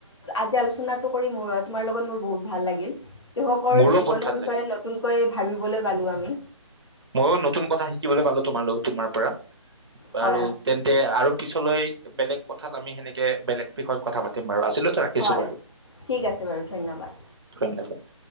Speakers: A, on the left (about 55°); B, on the right (about 50°).
A: আজি আলোচনাত তোমাৰ লগত মোৰ বহুত ভাল লাগিল কৃষকৰ
B: মোৰো
A: জীৱনৰ
B: বহুত ভাল
A: বিষয়ে
B: লাগিল
A: নতুনকৈ ভাবিবলৈ পালোঁ আমি
B: ময়ো নতুন কথা শিকিবলৈ পালো তোমালৈ তোমাৰ পৰা
A: হয়
B: আৰু তেন্তে আৰু পিছলৈ বেলেগ কথাত আমি সেনেকে বেলেগ বিষয়ত কথা পাতিম বাৰ ছিল ৰাখিছো
A: হয়
B: বাৰু
A: হয় ঠিক আছে বাৰু ধন্যবাদ
B: ধন্যবাদ